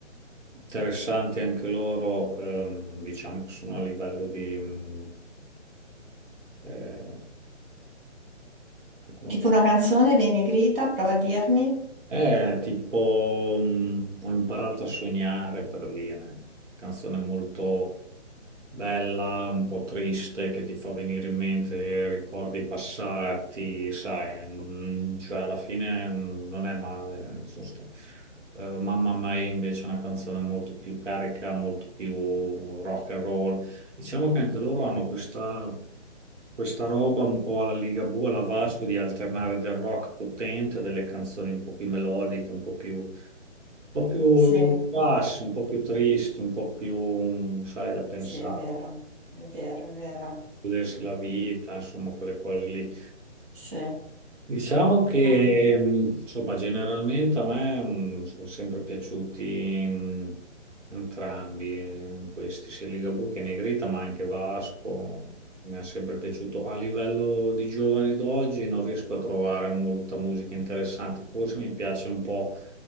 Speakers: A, on the right (about 80°); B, on the right (about 50°).
A: interessanti anche loro, ehm, diciamo che sono a livello di, mm, eh, come
B: Tipo una canzone dei Negrita, prova a dirmi?
A: Eh, tipo, mh, ho imparato a sognare per dire, canzone molto bella, un po' triste, che ti fa venire in mente ricordi passati, sai, mh, cioè alla fine mh, non è male. nel senso, eh, Mamma Mia invece è una canzone molto più carica, molto più rock and roll. Diciamo che anche loro hanno questa questa roba un po' alla Ligabue, alla Vasco, di alternare del rock potente, a delle canzoni un po' più melodiche, un po' più, un po' più
B: Sì,
A: di basso, un po' più tristi, un po' più, mm, sai, da pensare,
B: sì, è vero, è vero, è vero.
A: godersi la vita, insomma, quelle cose lì.
B: Sì.
A: Diciamo che,
B: Ah.
A: mh, insomma, generalmente a me mh, sono sempre piaciuti mh, entrambi eh, questi, sia Ligabue che Negrita, ma anche Vasco. Mi è sempre piaciuto. A livello di giovani d'oggi non riesco a trovare molta musica interessante. Forse mi piace un po'